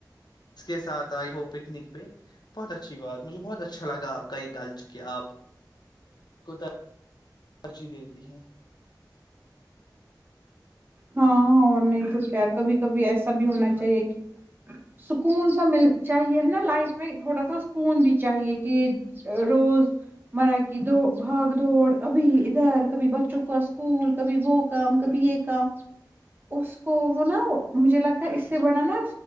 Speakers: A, on the left; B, on the right.
A: اس کے ساتھ آئی ہو پکنک پہ بہت اچھی بات مجھے بہت اچھا لا آ کا یہ کا <unintelligible> ترجیح دیتی ہیں
B: ہاں اور نہیں تو کیا کبھی کبھی ایسے سا بھی ہونا
A: اور
B: چاہیے کہ سکون سا مل چاہیے ہے نا لائف میں تھوڑا سا سکون بھی چاہیے کہ روز مرا کی دو بھاگ دوڑ ابھی ادھر کبھی بچوں کو اسکول کبھی وہ کام کبھی یہ کام اس کو وہ نا مجھے لگتا ہے اس سے بڑا نا